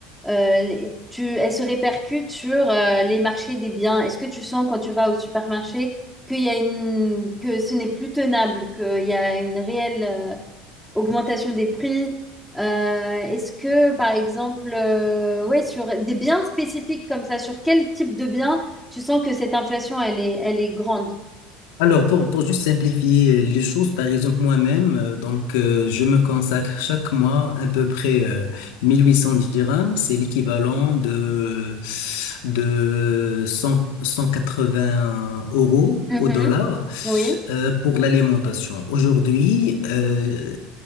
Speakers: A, in the centre; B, on the left.
A: euh, les- tu, elle se répercute sur euh, les marchés des biens? Est-ce que tu sens quand tu vas au supermarché qu'il y a une, que ce n'est plus tenable, qu'il y a une réelle... euh, augmentation des prix. Euh, est-ce que, par exemple, euh, ouais, sur des biens spécifiques comme ça, sur quel type de biens tu sens que cette inflation, elle est, elle est grande?
B: Alors, pour, pour juste simplifier euh, les choses, par exemple, moi-même, euh, donc, euh, je me consacre chaque mois à peu près euh, 1800 dirhams. C'est l'équivalent de, de cent cent quatre-vingts euros
A: Mhm.
B: au dollar
A: Oui.
B: euh, pour l'alimentation. Aujourd'hui, euh,